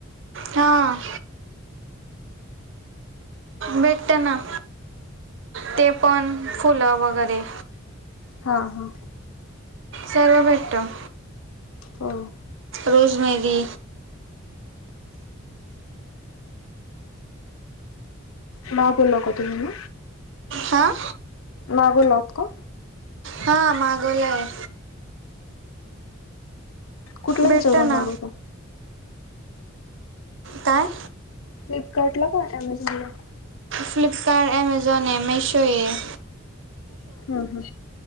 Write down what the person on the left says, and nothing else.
हा, हा.
हो.
मागवला का तुम्ही नी?
मागाव लात का?
कुठल्या
हिच्या वरूण
मागवता?
फ्लिपकार्टला का अमेझॉन ला?
हा हा,